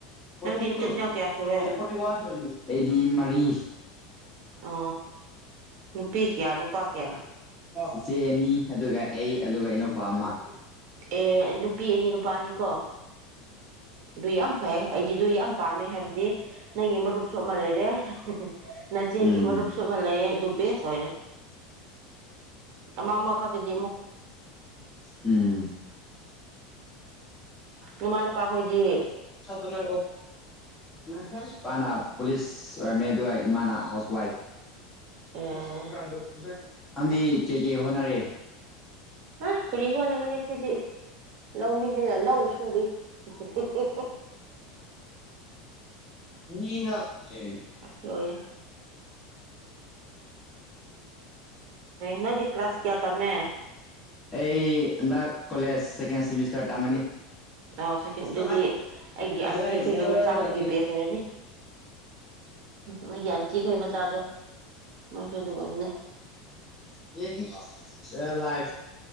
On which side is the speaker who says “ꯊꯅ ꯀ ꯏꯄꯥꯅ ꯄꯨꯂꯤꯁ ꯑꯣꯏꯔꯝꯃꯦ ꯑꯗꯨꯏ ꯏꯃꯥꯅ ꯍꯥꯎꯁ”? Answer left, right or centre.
Centre